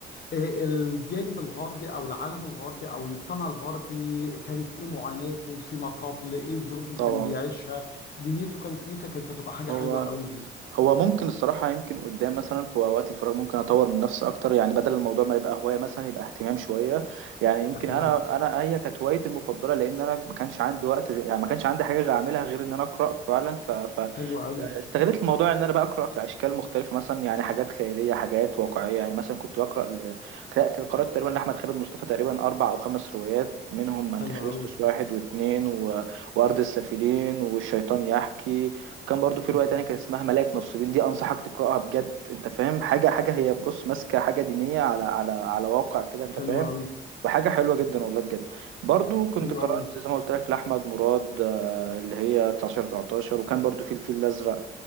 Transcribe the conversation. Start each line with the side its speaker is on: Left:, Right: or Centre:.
Left: آه، الجانب الغربي او العالم الغربي او المجتمع الغربي كانت ايه معاناته فيما قبل ايه الظروف اللي
Right: طبعا
Left: كان بيعيشها دنيته كانت ايه فكانت هتبقى حاجه
Right: هو
Left: حلوه قوي ليك
Right: هو ممكن الصراحة يمكن قدام مثلا في أوقات الفراغ ممكن أطور من نفسي أكتر يعني بدل الموضوع ما يبقى هواية مثلا يبقى اهتمام شوية يعني يمكن
Left: تمام
Right: أنا أنا هي كانت هوايتي المفضلة لأن أنا ما كانش عندي وقت غ- يعني ما كانش عندي حاجة غير أعملها غير إن أنا أقرأ فعلا ف... ف...
Left: حلوه قوي
Right: استغلت الموضوع ان انا بقرا في اشكال مختلفه مثلا يعني حاجات خياليه حاجات واقعيه يعني مثلا كنت بقرا ل... ك- قرات تقريبا لاحمد خالد مصطفى تقريبا اربع او خمس روايات منهم انتي
Left: حلوه
Right: خريستوس
Left: قوي
Right: واحد واثنين و... وارض السافلين والشيطان يحكي كان برضو في
Left: مهم.
Right: رواية تانية كان اسمها ملاك نصيبين دي أنصحك تقرأها بجد أنت فاهم حاجة حاجة هي بص ماسكة حاجة دينية على على على واقع كده أنت
Left: حلوه
Right: فاهم
Left: قوي
Right: وحاجة حلوة جدا والله بجد برضو كنت
Left: حلوه
Right: قرأت
Left: قوي
Right: زي ما قلت لك لأحمد مراد آه، اللي هي 19 19 وكان برضو في الفيل الأزرق